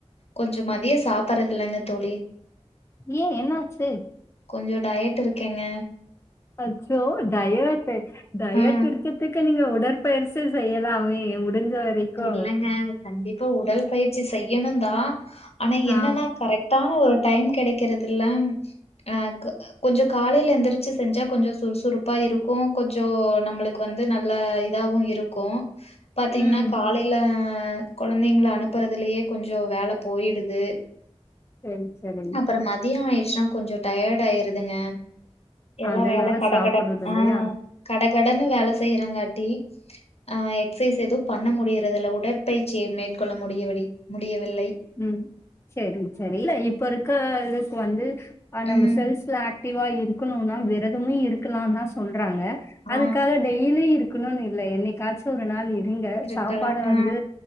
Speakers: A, on the left; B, on the left.
A: கொஞ்சோ மதிய சாப்பிடடுறது இல்லைங்க தோழி
B: ஏன் என்ன ஆச்சு
A: கொஞ்சோ டயட் இருக்கேங்க
B: அச்சோ டயட்டு டயட்டு
A: ஆ
B: இருக்குறதுக்கு நீங்க உடற் பெயிச்சி செய்யலாமே முடிஞ்ச வரைக்கு
A: இல்லங்க கண்டிப்பா உடல் பயிற்சி செய்யணு தா ஆனா
B: ஆ,
A: என்னன்னா கரெக்ட் டான ஒரு டைம் கெடைக்கிறதுல்ல அஹ் க்கு கொஞ்சோ காலேல எந்திரிச்சு செஞ்சா கொஞ்சோ சுறுசுறுப்பா இருக்கு கொஞ்சோ நம்மளுக்கு வந்து நல்ல இதாவு இருக்கு பாத்தீங்னா
B: ம்.
A: காலே ல கொழந்தைங்ல அனுப்புறதுலயே கொஞ்சோ வேல போய்டுது
B: சேரி செரி
A: அப்றோ மதிய ஆயிருச்சுன்னா கொஞ்சோ டயர்ட் ஆயிருதுங்க எல்லாம்
B: அதனால
A: வேல கட
B: சாப்பிடுறது
A: கட
B: இல்லையா?
A: ஆஹ் கட கடன்னு வேல செய்றாங்காட்டி ஆஹ் எக்சைஸ் எதும் பண்ண முடிறதுல்ல உடற்பயிற்சியே மேற்கொள்ள முடிய விடி முடியவில்லை
B: ம் செரி செரி இல்ல இப்ப இருக்க அளவுக்கு வந்து ஆ நம்ம
A: ம்.
B: செல்ஸ்ல ஆக் ஆக்டிவ்வா இருக்குனோன்னா வெரதமு இருக்கலா தா சொல்றாங்க
A: ஆ
B: அதுக்காக டெய்லி இரு க்குணோன் இல்ல என்னைக்காச்சு ஒரு நாள் இருங்க
A: இருக்கலாம்.
B: சாப்பாட
A: ஆ.
B: வந்து